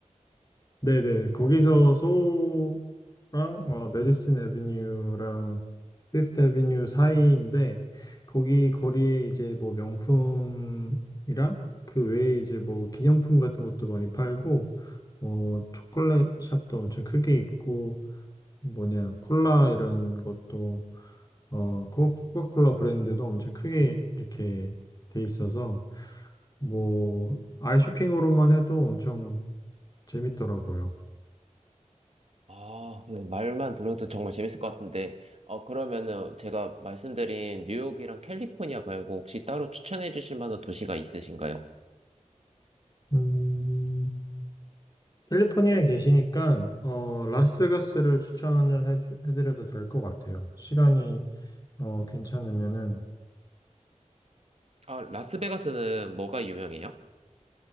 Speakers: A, on the left (about 30°); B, on the right (about 55°).
A: 네네 거기서 소랑 어, 메디슨 애비뉴랑 피프트 애비뉴 사이인데 거기 거리에 이제 뭐 명품이랑 그 외에 이제 뭐 기념품 같은 것도 많이 팔고 어 초콜릿 샵도 엄청 크게 있고 뭐냐, 콜라 이런 것도, 어, 코- 코카콜라 브랜드도 엄청 크게 이렇게 돼 있어서, 뭐, 아이 쇼핑으로만 해도 엄청 재밌더라고요.
B: 아, 네, 말만 들어도 정말 재밌을 것 같은데. 어, 그러면은 제가 말씀드린 뉴욕이랑 캘리포니아 말고 혹시 따로 추천해 주실 만한 도시가 있으신가요?
A: 음, 캘리포니아에 계시니까, 어, 라스베가스를 추천을 해, 해드려도 될 것 같아요. 시간이, 어, 괜찮으면은.
B: 아, 라스베가스는 뭐가 유명해요?